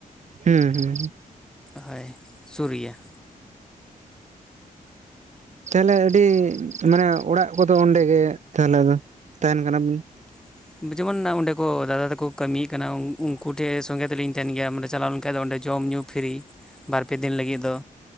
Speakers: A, on the right; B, in the centre.
A: ᱦᱩᱸ ᱦᱩᱸ
B: ᱦᱳᱭ ᱥᱩᱨ ᱜᱮᱭᱟ
A: ᱛᱟᱦᱚᱞᱮ ᱟᱹᱰᱤ ᱢᱟᱱᱮ ᱚᱲᱟᱜ ᱠᱚᱫᱚ ᱚᱸᱰᱮ ᱜᱮ ᱛᱟᱦᱚᱞᱮ ᱛᱟᱦᱮᱱ ᱠᱟᱱᱟ ᱵᱤᱱ
B: <inaudible> ᱡᱮᱢᱚᱱ ᱚᱸᱰᱮ ᱠᱚ ᱫᱟᱫᱟ ᱛᱟᱠᱚ ᱠᱟᱹᱢᱤ ᱠᱟᱱᱟ ᱩᱱᱠᱩ ᱴᱷᱮᱱ ᱥᱚᱸᱜᱮ ᱛᱮᱞᱤᱧ ᱛᱟᱦᱮᱱ ᱜᱮᱭᱟ ᱢᱟᱱᱮ ᱪᱟᱞᱟᱣ ᱞᱮᱱᱠᱟᱱᱡ ᱫᱚ ᱚᱸᱰᱮ ᱡᱚᱢ ᱧᱩ ᱯᱷᱨᱤ ᱵᱟᱨᱯᱮ ᱫᱤᱱ ᱞᱟᱹᱜᱤᱫ ᱫᱚ